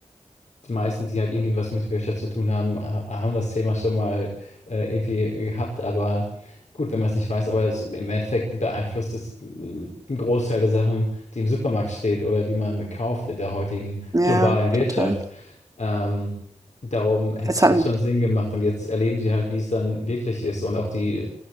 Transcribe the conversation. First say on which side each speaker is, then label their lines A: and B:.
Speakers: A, on the left; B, on the right.
A: die meisten, die halt irgendwie was mit Wirtschaft zu tun haben, ha- haben das Thema schon mal äh, irgendwie gehabt. Aber gut, wenn man es nicht weiß, aber es, im Endeffekt beeinflusst es mm, einen Großteil der Sachen, die im Supermarkt steht oder die man kauft in der heutigen
B: ja,
A: globalen Wirtschaft.
B: total.
A: Ähm, darum hätte
B: Jetzt
A: es
B: haben,
A: halt schon Sinn gemacht. Und jetzt erleben sie halt, wie es dann wirklich ist. Und auch die